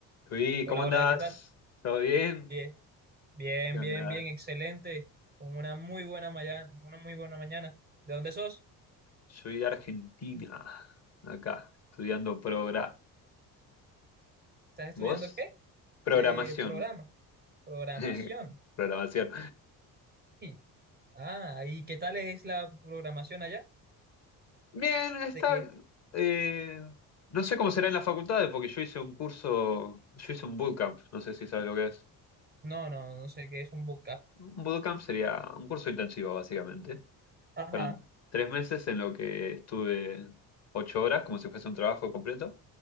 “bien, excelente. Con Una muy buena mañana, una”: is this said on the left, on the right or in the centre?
Right